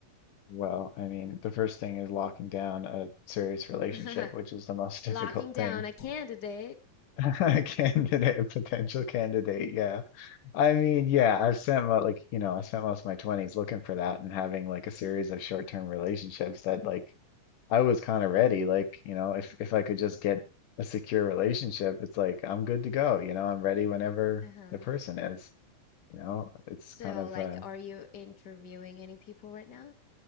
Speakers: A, on the left; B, on the left.
A: well. I mean, the first thing is locking down a serious relationship,
B: <laughs>
A: which is the most <laughs> difficult
B: Locking down
A: thing
B: a candidate.
A: <laughs> Candidate, a potential candidate, yeah. I mean, yeah, I've spent mo like, you know, I spent most of my 20s looking for that and having like a series of short-term relationships that like I was kind of ready. Like, you know, if if I could just get a secure relationship, it's like I'm good to go, you know, I'm ready whenever
B: Uh-huh.
A: the person is, you know. It's
B: So
A: kind of
B: like
A: uh
B: are you interviewing any people right now?